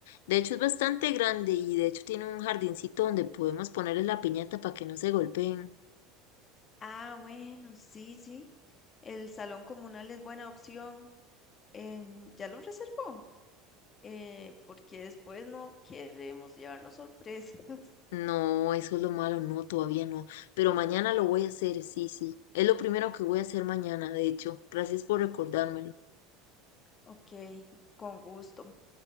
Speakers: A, on the left; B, on the left.
A: De hecho, es bastante grande y de hecho tiene un jardincito donde podemos ponerles la piñata para que no se golpeen.
B: Ah, bueno, sí, sí. El salón comunal es buena opción. Em, ¿ya lo reservó? Eh, porque después no queremos llevarnos sorpresas. <laughs>
A: No, eso es lo malo, no, todavía no. Pero mañana lo voy a hacer, sí, sí. Es lo primero que voy a hacer mañana, de hecho. Gracias por recordármelo.
B: Ok, con gusto.